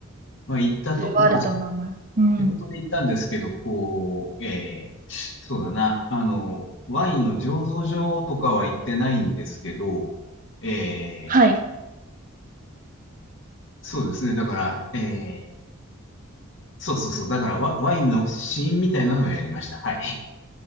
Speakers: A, on the left; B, on the right.
A: まあ行ったと、
B: それはあると思います。
A: まあ
B: うん。
A: 仕事で行ったんですけど、こう、えーそうだな、あの、ワインの醸造所とかは行ってないんですけど、えー
B: はい。
A: そうですね、だから、えーそうそうそう、だからワ、ワインの試飲みたいなのをやりました。はい。